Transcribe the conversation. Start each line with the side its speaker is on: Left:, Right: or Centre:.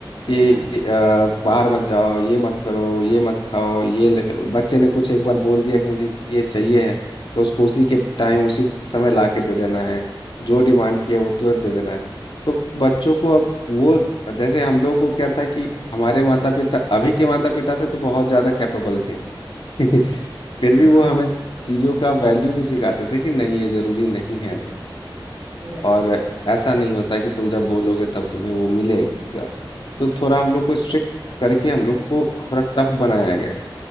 Left: कि
Right: हाँ
Left: अ, बाहर मत जाओ ये मत करो ये मत खाओ ये ले बच्चे ने कुछ एक बार बोल दिया कि मुझे ये चाहिए है तो उसको उसी के टाइम उसी समय ला के दे देना है जो डिमांड किया वो तुरंत दे देना है तो बच्चों को अब वो जैसे हम लोग को क्या था कि हमारे माता पिता अभी के माता पिता से तो बहुत ज़्यादा कैपेबल थे <laughs> फिर भी
Right: हाँ
Left: वो हमें चीज़ों का वैल्यू भी सिखाते थे कि नहीं ये ज़रूरी नहीं है
Right: राइट
Left: और ऐसा नहीं होता कि तुम जब बोलोगे तब तुम्हें वो मिलेगा तो थोड़ा हम लोग को स्ट्रिक्ट करके हम लोग को थोड़ा टफ बनाया गया